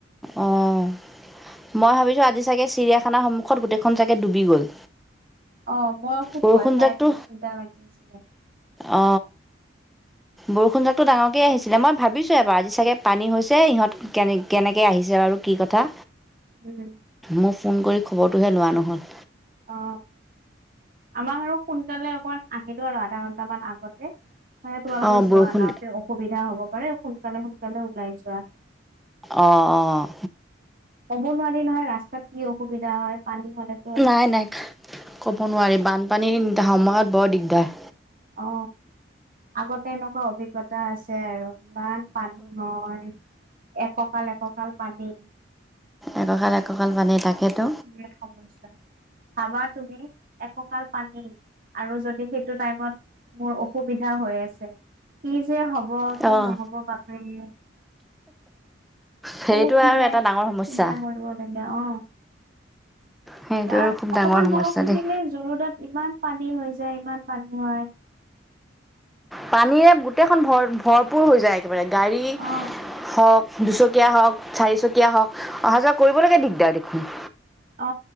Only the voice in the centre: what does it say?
অঁ মই ভাবিছোঁ আজি চাগে চিৰিয়াখানাৰ সন্মুখত গোটেইখন চাগে ডুবি গ'ল
বৰষুণজাকতো
অ বৰষুণ যাকটো ডাঙৰকে আহিছে মই ভাবিছোঁ এবাৰ আজি চাগে পানী হৈছে ইহঁত কেনে কেনেকে আহিছে আৰু কি কথা
মোক ফোন কৰি খবৰটোহে লোৱা নহ'ল
অঁ
বৰষুণ
অ অ
নাই নাই ক'ব নোৱাৰি বানপানীৰ সময়ত বৰ দিগদাৰ
একঁকাল এককাল পানী তাকেতো
অঁ
সেইটো
আৰু এটা ডাঙৰ সমস্যা
সেইটো
আৰু খুব ডাঙৰ
সমস্যা
দেই
পানীৰে গোটেইখন ভৰ ভৰপূৰ হৈ যায় একেবাৰে গাড়ী
হওক দুচকীয়া হওক চাৰিচকীয়া হওক অহা যোৱা কৰিবলৈকে দিগদাৰ দেখোন